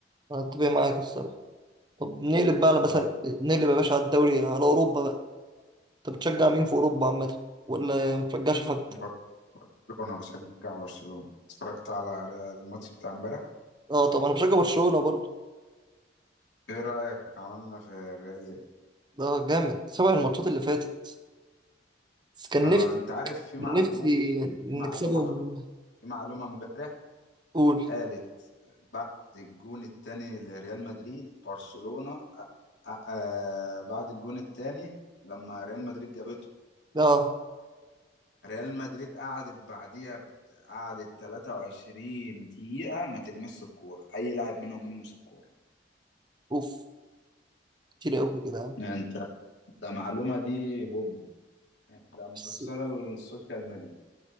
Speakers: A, on the right; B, on the left.
A: انا اتفق معاك الصراحه طب نقلب بقى على
B: اه
A: مثلا نقلب يا باشا على الدوري على اوروبا بقى طب بتشجع مين في اوروبا عامه ولا ما بتشجعش حد
B: بر- برشلونه بشجع برشلونه اتفرجت على ري- الماتش بتاع امبارح
A: اه طب انا بشجع برشلونه برضو
B: ايه رايك عملنا في الريال إيه؟
A: ده جامد سبع الماتشات اللي فاتت بس كان
B: اه
A: نفسي
B: انت عارف في معلومه
A: نفسي نكسبهم
B: في معلومه ح- في معلومه امبارح
A: قول
B: قالت بعد الجون التاني لريال مدريد برشلونه آه آه آه، بعد الجون التاني لما ريال مدريد جابته
A: اه
B: ريال مدريد قعدت بعديها بت- قعدت 23 دقيقة ما تلمس الكورة أي لاعب منهم يلمس الكورة
A: اوف كتير قوي كده
B: يعني أنت ده معلومة دي بوم يعني ده مكسرة
A: بس
B: السوشيال ميديا